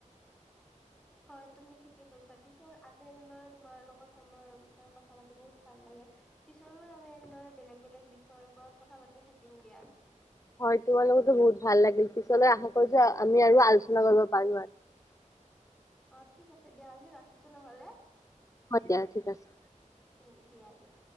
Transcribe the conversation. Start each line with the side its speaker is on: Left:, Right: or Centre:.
Centre: হয় তুমি ঠিকে কৈছা পিছে আজি এনেদৰে তোমাৰ লগত সময়ৰ বিষয়ে কথা পাতি বহুত ভাল লাগে পিছৰো আমি এনেদৰে বেলেগ বেলেগ বিষয়ৰ ওপৰত কথা পাতি থাকিম দিয়া
Left: হয় তোমাৰ লগতো বহুত ভাল লাগিল পিছলৈ আশা কৰিছোঁ আমি আৰু আলোচনা কৰিব পাৰোঁ আৰু
Centre: অ ঠিক আছে দিয়া আজি ৰাখিছো ন'হলে
Left: হয় দিয়া ঠিক আছে
Centre: উম দিয়া দিয়া